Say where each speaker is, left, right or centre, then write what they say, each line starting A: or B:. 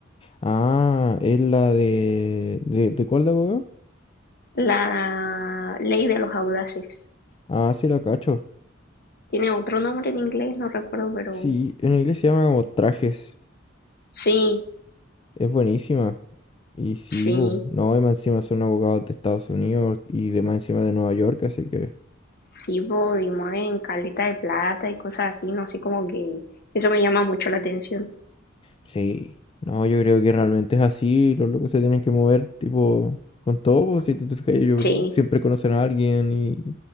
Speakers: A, on the left (about 25°); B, on the left (about 50°).
A: Ah, es la de... ¿De, de cuál de abogado?
B: La ley de los audaces.
A: Ah, sí, la cacho.
B: Tiene otro nombre en inglés, no recuerdo, pero
A: Sí, en inglés se llama como trajes.
B: sí,
A: Es buenísima. Y sí,
B: sí,
A: bu, no, y más encima son abogados de Estados Unidos y de más encima de Nueva York, así que...
B: sí, voy, mueven caleta de plata y cosas así, no sé, como que eso me llama mucho la atención.
A: Sí, no, yo creo que realmente es así, los locos se tienen que mover, tipo, con todo, pues, si tú te fijas, ellos
B: Sí,
A: siempre conocen a alguien y,